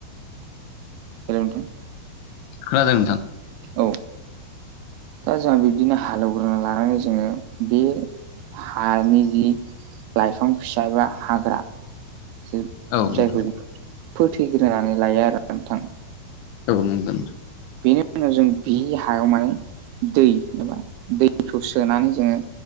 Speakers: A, on the right (about 80°); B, on the left (about 80°).
A: हेल' नोंथां?
B: खोनादों नोंथां।
A: औ दा जोंहा बिब्दिनो हालेवग्रोना लानानै जोङो बे हानि जि लाइफां फिसा एबा हाग्रा जायखौ
B: औ नोंथां
A: फोथैग्रोनानै लायो आरो नोंथां।
B: औ नंगौ नोंथां।
A: बेनि उनाव जों बि हायाव माने दै एबा दैखौ सोनानै जोङो